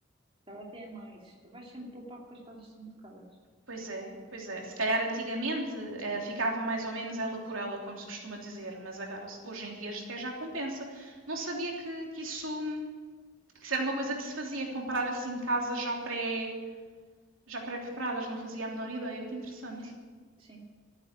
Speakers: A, on the right (about 25°); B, on the right (about 85°).
A: para até é mais, vais sempre poupar porque as casas são muito caras.
B: Pois é, pois é. Se calhar antigamente eh, ficava mais ou menos ela por ela, como se costuma dizer, mas agora hoje em dia sequer já compensa. Não sabia que, que isso, que isso era uma coisa que se fazia, comprar assim casas já pré, já pré-preparadas, não fazia a menor ideia. Que interessante.
A: Sim, sim.